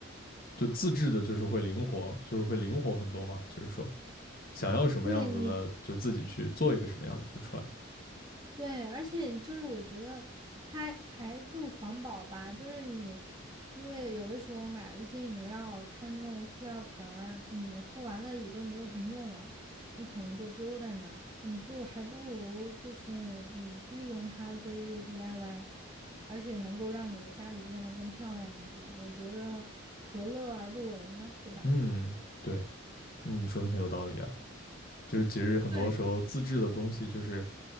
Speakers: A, on the left; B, on the right.
A: 就自制的，就是会灵活，就是会灵活很多嘛，就是说想要什么样子的，
B: 对你，
A: 就自己去做一个什么样子的出来。
B: 对，而且就是我觉得它还更环保吧，就是你，因为有的时候买了一些饮料，它那种塑料瓶儿，你喝完了也就没有什么用了，你可能就丢在那儿，你就还不如就是你利用它做一些 DIY，而且能够让你的家里变得更漂亮一点，我觉得何乐而不为呢，对吧？
A: 嗯，对，嗯，说的很有道理啊。就是其实很多时候自制的东西，
B: 对，
A: 就是